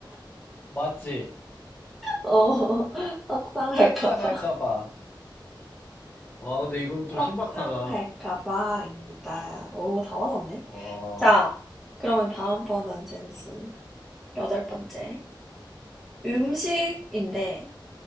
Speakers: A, on the left; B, in the centre.
A: 맞지?
B: 어, <laughs> 떡상할까봐.
A: 떡상할까봐. 와, 근데 이거는 좀
B: 떡상할까봐입니다.
A: 신박하다.
B: 오, 다 맞았네.
A: 와.
B: 자, 그러면 다음번 넌센스. 여덟 번째. 음식인데,